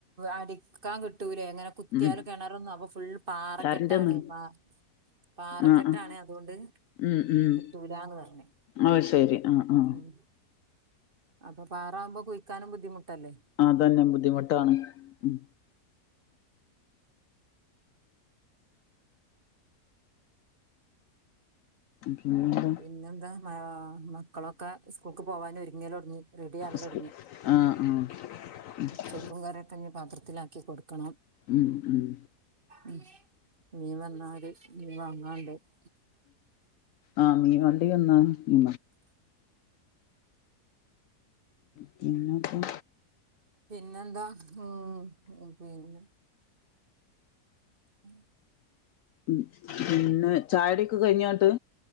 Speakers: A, on the right; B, on the left.
A: അടിക്കാൻ കിട്ടൂലേ ങ്ങനെ. കുത്തിയാല്
B: ഉം
A: കെണറന്നു അപ്പൊ ഫുൾ പാറക്കെട്ടാണ്
B: കരന്റൊന്ന്
A: പ പാറക്കെട്ടാണ്
B: ആഹ് ആഹ്
A: അതുകൊണ്ട്.
B: ഉം ഉം
A: കിട്ടൂലാന്ന് പറഞ്ഞ്
B: ആഹ് ശരി ആഹ് ആഹ്.
A: ഉം അപ്പൊ പാറാമ്പോ കുഴിക്കാനും ബുദ്ധിമുട്ടല്ലേ.
B: അതന്നെ ബുദ്ധിമുട്ടാണ് ഉം പിന്നെന്താ
A: പിന്നെന്താ മാ മക്കളൊക്കെ സ്കൂൾക്ക് പോവാന് ഒരുങ്ങൽ തുടങ്ങി റെഡി ആവൽ
B: സ്കൂ
A: ഒടുങ്ങി.
B: ആഹ് ആഹ്.
A: <unintelligible> കറിയൊക്കെ തന്നെ പത്രത്തിലാക്കി കൊടുക്കണം.
B: ഉം ഉം.
A: ഉം മീൻ വന്നാല് മീൻ വാങ്ങാണ്ട് -
B: ആഹ് മീ വണ്ടി വന്നാ മീ പിന്നത്താ
A: പിന്നെന്താ ഉം പിന്നെ. <inaudible>
B: ഉം പിന്നെ ചായകുടിയൊക്കെ കഴിഞ്ഞോട്ട്.